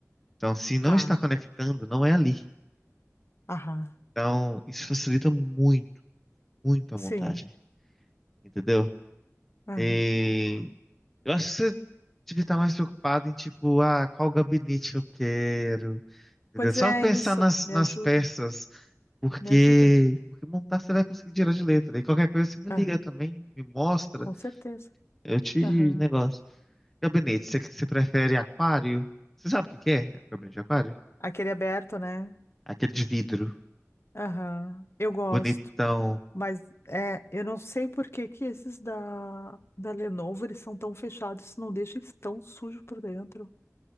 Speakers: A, in the centre; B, on the left.
A: Então, se não
B: tá,
A: está conectando, não é ali.
B: aham,
A: Então, isso facilita muito, muito a
B: sim,
A: montagem, entendeu?
B: aham.
A: E eu acho que você devia estar mais preocupado em, tipo, ah, qual gabinete eu quero, entendeu?
B: Pois
A: Só
B: é,
A: pensar
B: é isso,
A: nas,
B: me
A: nas
B: ajuda,
A: peças, porque,
B: me ajuda.
A: porque montar você vai conseguir tirar de letra. E qualquer coisa você me liga
B: Aham,
A: também, me mostra,
B: com certeza.
A: eu te
B: Aham.
A: negócio. Gabinete, você, você prefere aquário? Você sabe o que que é gabinete de aquário?
B: Aquele aberto, né?
A: Aquele de vidro,
B: Aham, eu gosto.
A: bonitão.
B: Mas é, eu não sei por que que esses da, da Lenovo eles são tão fechados, não deixa eles tão sujos por dentro.